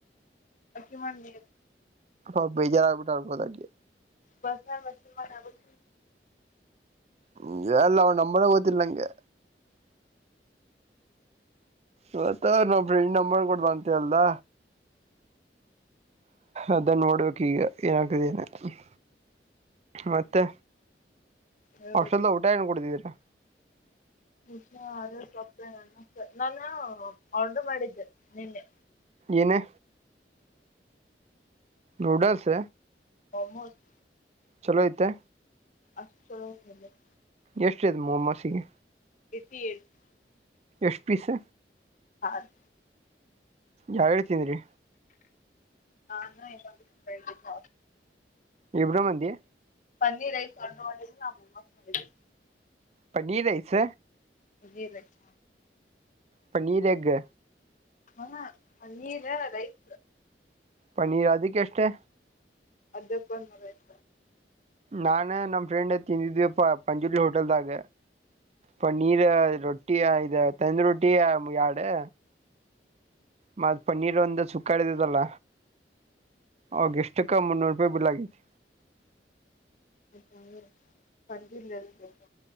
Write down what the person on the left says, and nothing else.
ಹಕಿ ಮಾಡ ನಿ.
ಪರ್ಸನಲ್ ಮೆಸೇಜ್ ಮಾಡಿ
ಹೇಳ್ಬೇಕು
ಸೂಸಲಾ <unintelligible> ನಾನು ಅವಳದು ಮಾಡಿದ್ದೆ ನಿನ್ನೆ.
ಮೋಮೋಸ್.
ಅಷ್ಟ ಚಲೋ ಇರಲಿಲ್ಲ.
<unintelligible>
ಆರ್.
ನಾನು ಇನ್ನೊಬ್ಬ ಫ್ರೆಂಡ್ಸ್ಇದ್ಧ.
ಪನ್ನೀರ್ ರೈಸ್ ಆರ್ಡರ್ <unintelligible> ಮಾಡಿದೀವಿ
ಗಿ ರೈಸ್
ಹಾ ಪನ್ನೀರು ರೈಸ್.
ಅದ್ಕಕೊಂದ್ ನೂರಾಐವತ್ತು.
ಹೂ ಪಂಜುರ್ಲಿ <unintelligible>